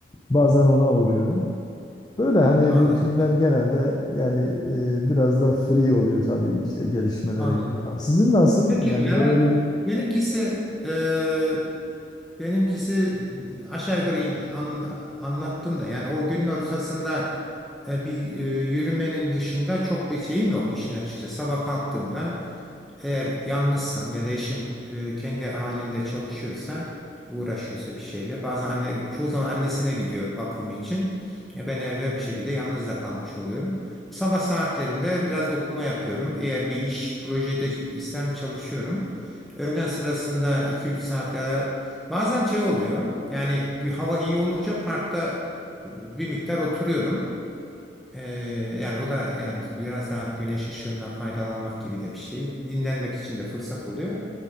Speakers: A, on the left; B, in the centre.
A: Bazen ona uğruyorum. Böyle hani
B: anladım,
A: rutinler genelde yani e, biraz da free oluyor tabii işte gelişmelere
B: anladım,
A: göre
B: anladım.
A: falan. Sizin nasıl?
B: Peki
A: Yani
B: merak,
A: böyle bir
B: benimkisi e, benimkisi aşağı yukarı iyi an- anlattım da yani o günün ortasında e, bir e, yürümenin dışında çok bir şeyim yok işin açıkçası. Sabah kalktığımda eğer yalnızsam ya da eşim e, kendi halinde çalışıyorsa uğraşıyorsa bir şeyle bazen anne çoğu zaman annesine gidiyor bakım için. Ya ben evde bir şekilde yalnız da kalmış oluyorum. Sabah saatlerinde biraz okuma yapıyorum. Eğer bir iş projede isem çalışıyorum. Öğlen sırasında 2-3 saat kadar bazen şey oluyor. Yani hava iyi olunca parkta bir miktar oturuyorum. Ee, yani o da yani biraz daha güneş ışığından faydalanmak gibi de bir şey. Dinlenmek için de fırsat oluyor.